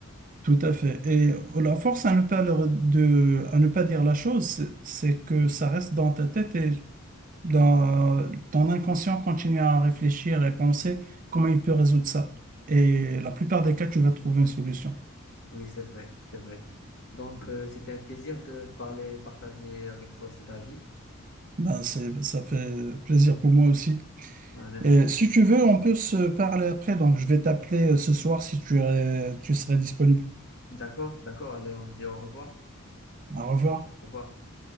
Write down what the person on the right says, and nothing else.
tout à fait. Et euh, la force à ne pas, leur- de, à ne pas dire la chose, c'est c'est que ça reste dans ta tête et dans ton inconscient continue à réfléchir et penser comment il peut résoudre ça. Et la plupart des cas, tu vas trouver une solution.
Ben, c'est, ça fait plaisir pour moi aussi.
Et si tu veux, on peut se parler après. Donc, je vais t'appeler euh, ce soir si tu, es- tu serais disponible.
Au revoir.